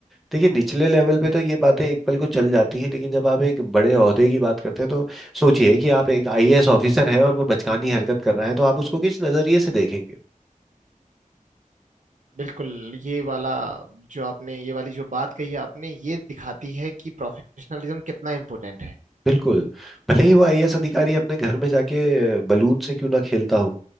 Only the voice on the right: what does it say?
बिल्कुल ये वाला जो आपने ये वाली जो बात कही है आपने ये दिखाती है कि प्रोफेशनलिज्म कितना इम्पोर्टेंट है